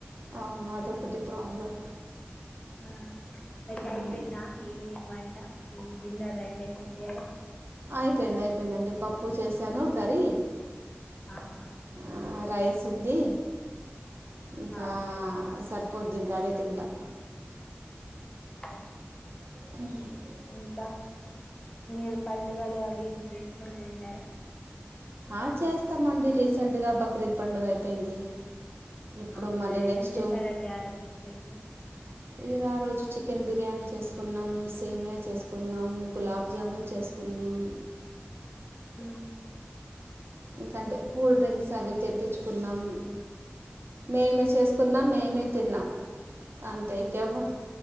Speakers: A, on the right (about 65°); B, on the left (about 25°).
A: అవును అదొకటి ప్రాబ్లం
B: ఆ రెడీ
A: మ్మ్.
B: అయిపోయిందా ఈవినింగ్ వంట డిన్నర్ అయిపోయిందా ఉ చేఎడా
A: అయిపోయింది అయిపోయిందండి పప్పు సేశాను కర్రీ
B: ఆహ
A: ఆ, రైస్ ఉంది ఇంకా
B: ఆ,
A: సర్ప్ పొద్దు ఇంకా అదే తింటాం.
B: ఓ
A: అవును
B: ఇంకా మీరు పండుగలు అవి ఇవి చేసుకుంటు ఉంటారా.
A: ఆ చేస్తామండి. రీసెంట్గా బక్రీద్ పండుగ అయిపోయింది. ఇప్పుడు
B: అవునా
A: మళ్ళీ నెక్స్ట్
B: ఏం చేశారండి ఆ దగ్గర స్పెషల్
A: ఈ రారోజు చికెన్ బిర్యానీ చేసుకున్నాం. సేమియా చేసుకున్నాం. గులాబ్ జామ చేసుకున్నాము.
B: ఉ
A: ఇంకాంటే కూల్ డ్రింక్స్ అవి తెప్పించుకున్నాం. మేమే సేసుకున్నాం. మేమే తిన్నాం. అంతే ఇంకవ